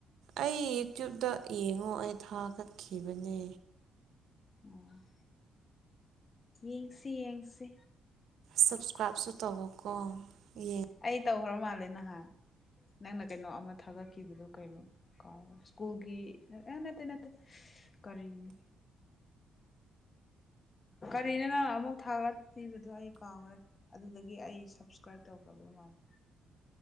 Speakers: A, on the right; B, on the left.
A: ꯑꯩ ꯌꯨꯇ꯭ꯌꯕꯇ ꯌꯦꯡꯉꯣ ꯑꯩ ꯊꯥ ꯀꯠꯈꯤꯕꯅꯦ
B: ꯑꯣ ꯌꯦꯡꯁꯤ ꯌꯦꯡꯁꯤ
A: ꯁꯥꯕꯁꯀ꯭ꯔꯥꯏꯞꯁꯨ ꯇꯧꯕꯀꯣ ꯌꯦ
B: ꯑꯩ ꯇꯧꯈ꯭ꯔ ꯃꯥꯜꯂꯦ ꯅꯍꯥꯟ ꯅꯪꯅ ꯀꯩꯅꯣ ꯑꯃ ꯊꯥꯒꯠꯈꯤꯕꯗꯨꯣ ꯀꯩꯅꯣ ꯀ ꯁ꯭ꯀꯨꯜꯒꯤ ꯅꯠꯇꯦ ꯅꯠꯇꯦ ꯀꯔꯤꯅꯣ ꯀꯔꯤꯅꯤ ꯅꯪ ꯑꯃꯨꯛ ꯊꯥꯒꯠꯄꯤꯕꯗꯣ ꯑꯩ ꯀꯥꯎꯈ꯭ꯔꯦ ꯑꯗꯨꯗꯒꯤ ꯑꯩ ꯁꯞꯁꯀ꯭ꯔꯥꯏꯞ ꯇꯧꯈ꯭ꯔꯕ ꯃꯥꯜꯂ